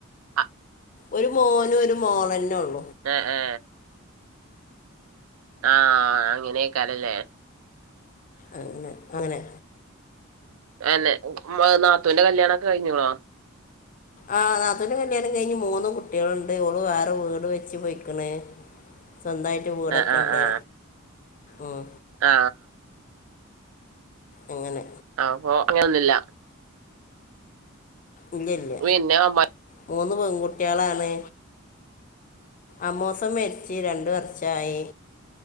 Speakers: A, on the right; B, on the left.
A: അ,
B: ഒരു മോനും ഒരു മോളന്നെ ഒ
A: എ ഏ ആ ആഹ് അങ്ങനെക്കാരല്ലേ
B: അങ്ങനെ അങ്ങനെ
A: എന്നെ ഉം അ നാ നാത്തൂന്റെ കല്യാണൊക്കെ കഴിഞ്ഞ്ണോ
B: ആ നാത്തൂന്റെ കല്യാണം കഴിഞ്ഞ് മൂന്ന് കുട്ടികളുണ്ട് ഓള് വേറെ വീട് വെച്ച് പൊയിക്ക്ണ് സ്വന്തായിട്ട് വീടൊക്കെണ്ട്
A: ആ ആ ആ
B: ഉം
A: ആ
B: അങ്ങനെ
A: ആ അപ്പൊ അങ്ങനൊന്നുല്ല
B: ഇല്ലല്ല
A: പിന്നെ അമ്മായി
B: മൂന്ന് പെൺകുട്ടികളാണ് അമ്മുസം മരിച്ച് രണ്ട് വർഷായി